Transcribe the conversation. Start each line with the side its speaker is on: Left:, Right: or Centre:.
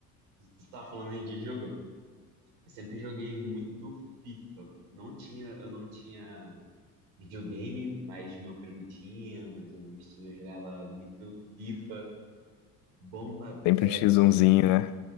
Right: Você tá falando aí de jogo? Eu sempre joguei muito FIFA. Não tinha, eu não tinha videogame, mas meu primo tinha, meus amigos tinham. Eu jogava muito FIFA, Bomba
Left: Sempre
Right: Pet,
Left: um x 1 né?